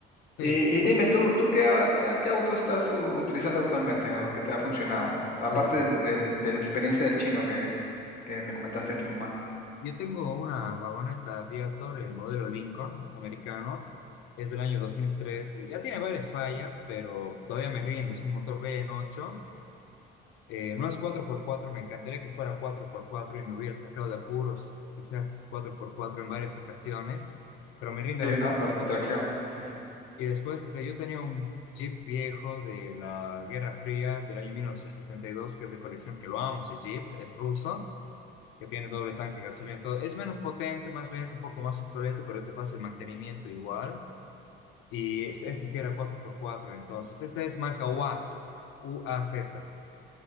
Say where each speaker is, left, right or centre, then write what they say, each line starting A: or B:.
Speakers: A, on the left; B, on the left.
A: Y,
B: Sí, sí.
A: y dime, ¿tú, tú qué, au- qué, qué auto estás u- utilizando actualmente o que te ha funcionado? Aparte
B: Eh,
A: del, del- de la experiencia del chino que, que me comentaste
B: eh,
A: de tu mamá.
B: Yo tengo una vagoneta Viator, el modelo Lincoln, es americano, es del año 2013, ya tiene varias fallas, pero todavía me rinde, es un motor V8, eh, no es cuatro por cuatro. me encantaría que fuera cuatro por cuatro y me hubiera sacado de apuros que sea 4x4 en varias ocasiones, pero me rinde
A: Sí,
B: bastante
A: ¿no? Por la
B: bien,
A: atracción.
B: ¿no?
A: sí.
B: Y después este, yo tenía un Jeep viejo de la Guerra Fría del año 1972, que es de colección, que lo amo, ese Jeep, es ruso que tiene doble tanque gasolina. Todo. Es menos potente, más lento, un poco más obsoleto, pero es de fácil mantenimiento igual. Y es- este sí era 4x4, entonces. esta es marca UAZ, U-A-Z.